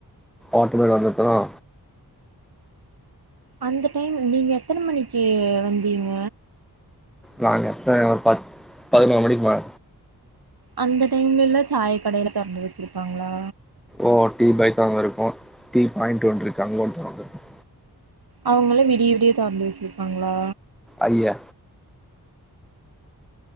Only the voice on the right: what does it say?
அந்த டைம் நீங்க எத்தன மணிக்கு வந்தீங்க
அந்த டைம்லல்ல சாய கடைல தொறந்து வச்சிருப்பாங்ளா
அவுங்களு விடிய விடிய தொறந்து வெச்சிருப்பாங்ளா